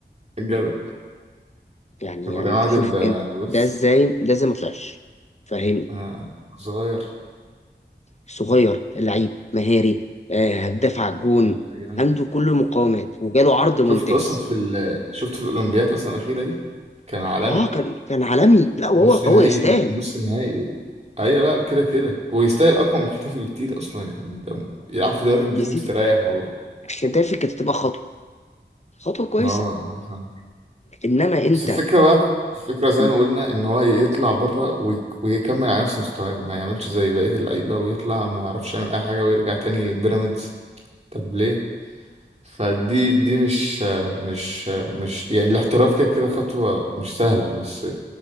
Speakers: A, on the right; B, on the left.
A: الجدع
B: يعني
A: إبراهيم
B: يعني انت
A: عادل
B: شوف
A: ده
B: انت
A: بص
B: ده ازاي ده ازاي ما طلعش فاهمني
A: آه. صغير
B: صغير لعيب مهاري آه، هداف على الجون
A: آه. جميل.
B: عنده كل المقاومات وجاله عرض ممتاز
A: شفته اصلا في ال... شفته في الاولمبياد اصلا الاخيره دي كان عالمي
B: اه كان كان عالمي لا وهو
A: نص نهائي
B: هو يستاهل
A: نص نهائي و... ايوه لا كده كده ويستاهل اقوى من كتافي بكتير اصلا يعني يعني ده يلعب في دوري انجليزي
B: يا سيدي
A: مستريح والله
B: احترافي كانت تبقى خطوه خطوه كويسه
A: اه فاهم
B: انما انت
A: بس الفكره بقى الفكره زي
B: م-
A: ما قلنا ان هو يطلع بره وي... ويكمل على نفس مستواه ما يعملش زي بقيه اللعيبه ويطلع ما يعرفش يعمل اي حاجه ويرجع تاني بيراميدز طب ليه فدي دي مش مش مش يعني الاحتراف كده كده خطوة مش سهلة بس